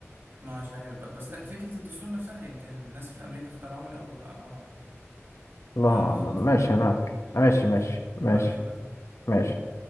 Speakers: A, on the right; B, on the left.
A: ما مش عارف بقى بس لا فكرة الدستور نفسها يمكن الناس في أمريكا اخترعوه الأول بقى الله أعلم
B: الله
A: فخلاص
B: اعلم ماشي
A: نكمل
B: انا معاك ماشي
A: الدستور
B: ماشي ماشي
A: دي بعدين بس
B: ماشي